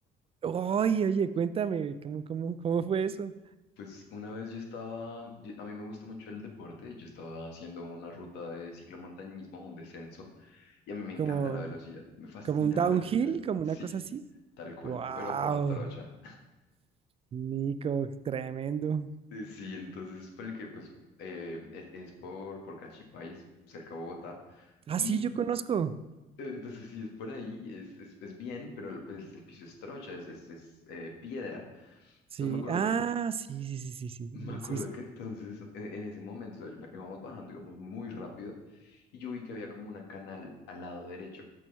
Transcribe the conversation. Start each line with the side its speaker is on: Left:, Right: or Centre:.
Right: Oye, oye, cuéntame, ¿cómo, cómo, cómo fue eso?
Left: Pues una vez yo estaba, yo- a mí me gusta mucho el deporte, yo estaba haciendo una ruta de ciclomontañismo, un descenso. Y a mí me encanta
Right: ¿Como,
Left: la velocidad, me fascina
Right: como un downhill,
Left: la velocidad.
Right: como
Left: Sí,
Right: una cosa así?
Left: tal cual,
Right: ¡Wow!
Left: pero por trocha.
Right: Nico, tremendo.
Left: Eh, Sí, entonces, ponle que, pues, eh, e- es por, por Cachipay, es cerca de Bogotá.
Right: Ah,
Left: Y
Right: sí, yo conozco.
Left: eh, entonces, si es por ahí, es, es, es bien, pero el, pues, el piso es trocha, es, es, es, eh, piedra.
Right: Sí,
Left: Entonces, me acuerdo
Right: ah,
Left: que, en-
Right: sí, sí, sí, sí,
Left: <laughs>
Right: sí,
Left: me acuerdo
Right: eh, sí, sí,
Left: que entonces, eh, en ese momento, o sea, yo- íbamos bajando, íbamos muy rápido, y yo vi que había como una canal al lado derecho,